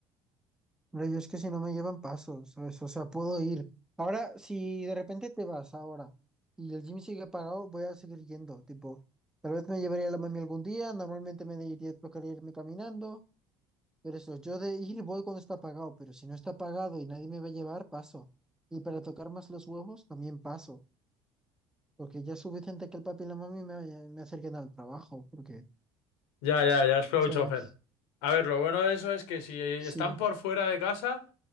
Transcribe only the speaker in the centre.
Pero yo es que si no me llevan pasos, ¿sabes? O sea, puedo ir. Ahora, si de repente te vas ahora y el gym sigue pagado, voy a seguir yendo. Tipo, tal vez me llevaría la mami algún día, normalmente me diría, tocaría irme caminando, pero eso, yo de ir voy cuando está pagado, pero si no está pagado y nadie me va a llevar, paso. Y para tocar más los huevos, también paso, porque ya es suficiente que el papi y la mami me, vaya- me acerquen al trabajo, porque,
¿sabes?
Sí.